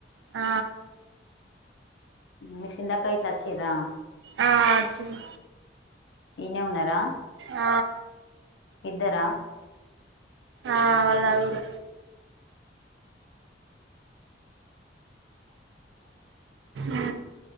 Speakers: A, on the right; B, on the left.
A: ఆ
B: మీసిన్దాక ఇట్లా వచ్చిరా
A: ఆ అచిన్
B: ఇన్నే ఉన్నారా
A: ఆ
B: ఇద్దరా
A: ఆ వాల్ నాలుగురు ఉ